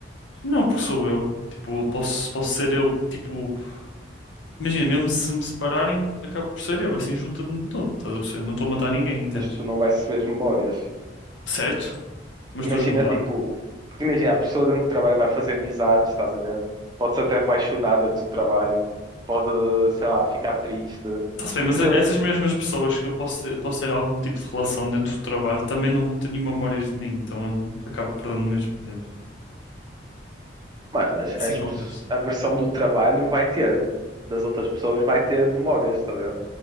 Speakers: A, on the left; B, on the right.
A: Não porque sou eu. Tipo, posso, posso ser eu, que, tipo, imagina, mesmo se me separarem, acaba por ser eu, assim, junta-me, de novo, estás a perceber? Não estou a matar ninguém, entendes?
B: mas tu não vais receber as memórias.
A: Certo, mas
B: Imagina,
A: estou a juntar.
B: tipo, porque imagina, a pessoa dentro do trabalho vai fazer amizades, estás a ver? Pode-se até apaixonar dentro do trabalho, pode, sei lá, ficar triste.
A: Está-se bem,
B: E
A: mas
B: vai ser,
A: essas mesmas pessoas que eu posso ter, posso ter algum tipo de relação dentro do trabalho também não vão ter nenhuma memórias de mim, então eu- acaba perdendo mesmo, entende?
B: mano, mas
A: É assim
B: as
A: que
B: pes-
A: eu penso.
B: a versão do trabalho vai ter, das outras pessoas vai ter memórias, estás a ver?